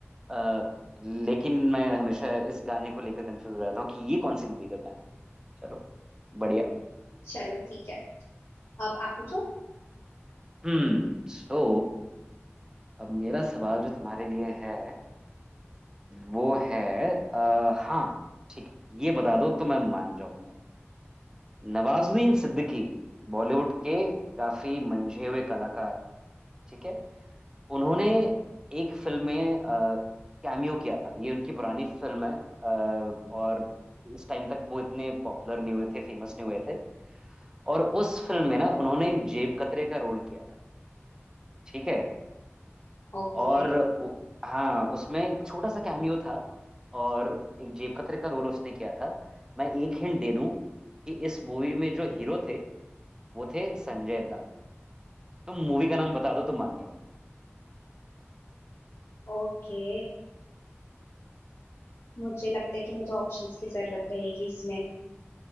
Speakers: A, on the right; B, on the left.
A: अ, लेकिन मैं हमेशा इस गाने को लेकर कंफ्यूज रहता हूँ कि ये कौन सी मूवी का गाना है चलो बढ़िया
B: <laughs> चलो ठीक है अब आप पूछो
A: हम्म सो अब मेरा सवाल जो तुम्हारे लिए है वो है आ, हाँ ठीक है ये बता दो तो मैं मान जाऊँ तुम्हें नवाजुद्दीन सिद्दीकी बॉलीवुड के काफी मंझे हुए कलाकार ठीक है उन्होंने एक फिल्म में कैमियो किया था ये उनकी पुरानी फिल्म है अ, और इस टाइम तक वो इतने पॉपुलर नहीं हुए थे फेमस नहीं हुए थे और उस फिल्म में ना उन्होंने जेब कतरे का रोल किया था ठीक है
B: ओके
A: और उ- हाँ उसमें एक छोटा सा कैमियो था और एक जेब कतरे का रोल उसने किया था मैं एक हिंट दे दूं कि इस मूवी में जो हीरो थे वो थे संजय दत्त तुम मूवी का नाम बता दो तो मान जाऊंगा
B: ओके मुझे लगता है कि मुझे ऑप्शंस की जरूरत रहेगी इसमें